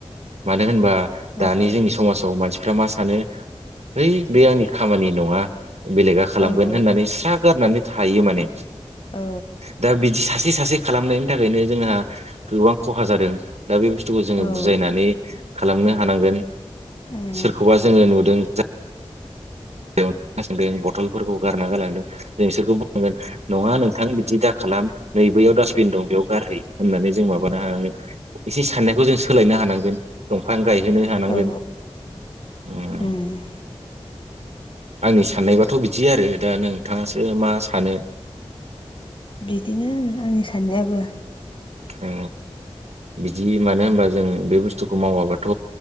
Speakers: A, on the right; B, on the left.
A: मानो होनबा
B: औ
A: दानि जोंनि समाजाव मानसिफ्रा मा सानो हैइ बे आंनि खामानि नङा बेलेगा खालामगोन
B: औ
A: होननानै स्रा गारनानै थायो माने
B: ओ
A: दा बिदि सासे सासे खालामनायनि थाखायनो जोंहा गोबां खहा जादों। दा बे बुस्थुखौ जोङो
B: औ
A: बुजायनानै खालामनो हानांगोन
B: उम
A: सोरखौबा जोङो नुदों। <unintelligible> बथ'लफोरखौ गारना गालांदों जों बिसोरखौ बुंनांगोन नङा नोंथां बिदि दाखालाम। नै बैयाव डास्बिन दं बेयाव गारहै होननानै जों माबानो हांनांगोन एसे साननायखौ जों सो सोलायनो हानांगोन दंफां गायहोनो हानांगोन।
B: औ
A: <unintelligible>
B: उम
A: आंनि साननायबाथ' बिदि आरो दा नोंथाङासो मा सानो?
B: बिदिनो आंनि साननायाबो
A: औ बिदि मानो होनबा जों बे बुस्थुखौ मावाबाथ'